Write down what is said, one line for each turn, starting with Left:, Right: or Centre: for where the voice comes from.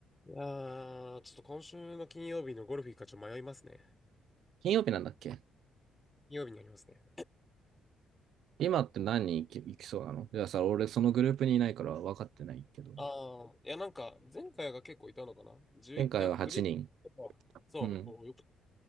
Left: いやー、ちょっと今週の金曜日のゴルフ行くかちょっと迷いますね。
Right: 金曜日なんだっけ
Left: 金曜日になりますね。
Right: 今って何人行き行きそうなのいやさ、俺そのグループにいないから分かってないけど。
Left: ああ、いや、なんか、前回が結構いたのかな10、
Right: 前回は8人。
Left: なんかグループとか、そう、
Right: うん。
Left: もうよく